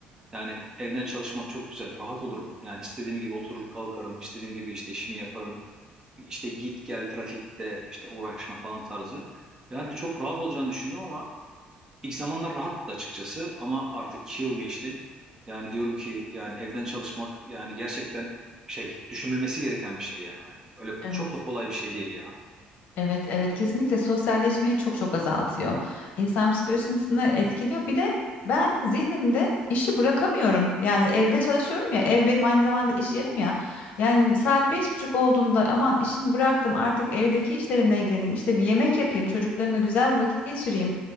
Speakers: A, on the right; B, on the left.
A: Yani evden çalışmak çok güzel. Rahat olurum. Yani istediğim gibi oturur kalkarım. istediğim gibi işte işimi yaparım. İşte git gel trafikte işte uğraşma falan tarzı. Yani çok rahat olacağını düşündüm ama ilk zamanlar rahattı da açıkçası ama artık iki yıl geçti. Yani diyorum ki yani evden çalışmak yani gerçekten şey düşünülmesi gereken bir şey yani hani öyle ko-
B: Evet.
A: çok da kolay bir şey değil ya.
B: Evet, evet kesinlikle sosyalleşmeyi çok çok azaltıyor. İnsan psikolojisini etkiliyor. Bir de ben zihnimde işi bırakamıyorum. Yani evde çalışıyorum ya, ev benim aynı zamanda iş yerim ya. Yani saat beş buçuk olduğunda aman işimi bıraktım artık evdeki işlerimle ilgileneyim. İşte bir yemek yapayım, çocuklarımla güzel bir vakit geçireyim.